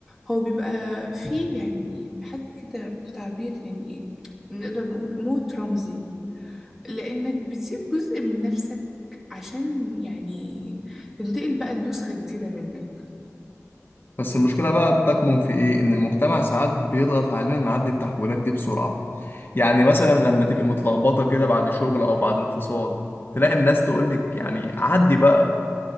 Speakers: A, in the centre; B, on the left.
A: هو بيبقى فيه يعني حاجة كده تعبير يعني نقدر نقول موت رمزي لأنك بتسيب جزء من نفسك عشان يعني تنتقل بقى لنسخة جديدة منك
B: بس المشكلة بقى بتكمن في إيه؟ إن المجتمع ساعات بيضغط علينا نعدي التحولات دي بسرعة يعني مثلا لما تبقي متلخبطة كده بعد شغل أو بعد انفصال تلاقي الناس تقولك يعني عدي بقى